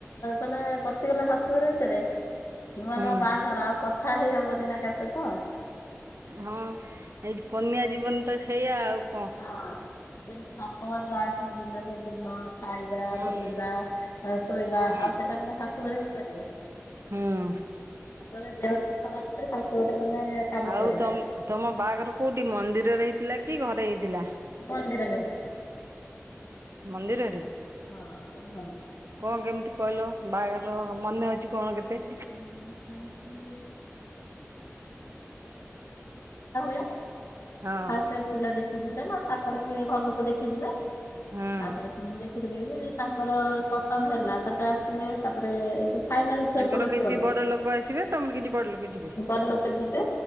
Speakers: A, on the left; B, on the right.
A: ମାନେ ପଶିଗଲେ ଶାଶୁଘର ଭିତରେ ନୂଆ
B: ହୁଁ।
A: ନୂଆ ବାହାଘର ଆଉ କଥା ହେଇ ହବନି ନା କା ସହିତ।
B: ହଁ ଏଇ କନ୍ୟା ଜୀବନ ତ ସେଇଆ ଆଉ କଣ?
A: ହଁ ତମ <inaudible> ଯେମିତି ବାପା ଖାଇବା
B: ହୁଁ।
A: ବୁଲିବା ଶୋଇବା, ଆଉ
B: ହୁଁ
A: ସେଇଟା କଣ ଶାଶୁଘରେ ହେଇପାରିବ।
B: ହୁଁ
A: ତାପରେ ଦେହ ବି ଖରାପ ଥିଲା ଶାଶୁ ଗଟେ ମାନେ କାମ
B: ଆଉ
A: କରିବା
B: ତ ତମ ବାହାଘର କୋଉଠି ମନ୍ଦିରରେ ହେଇଥିଲା କି ଘରେ ହେଇଥିଲା?
A: ମନ୍ଦିରରେ ହେଇଥିଲା।
B: ମନ୍ଦିରରେ
A: ହଁ।
B: କଣ କେମିତି କହିଲ ବାହାଘର ମନେ ଅଛି କଣ କେତେ?
A: ହୁଁ ସେମତି <unintelligible>
B: ହଁ
A: ଫାଷ୍ଟ ଟାଇମ ପିଲା ଦେଖି ଯିବେ ନା ତାଙ୍କରେ କିଏ ଘର ଲୋକ ଦେଖିଯିବେ?
B: ହୁଁ।
A: ତାପରେ ପୁଣି ଦେଖିଥିବେ ଯେ ତାଙ୍କର ପସନ୍ଦ ହେଲା ତାପରେ ଆସିବେ। ତାପରେ ଯୋଉ ଫାଇନାଲ
B: ତାଙ୍କର
A: କୋଟେ
B: କିଛି
A: କୁହନ୍ତି
B: ବଡ ଲୋକ ଆସିବେ ତମର କିଛି ବଡ ଲୋକ ଯିବେ।
A: ଘର ଲୋକ ଯିବେ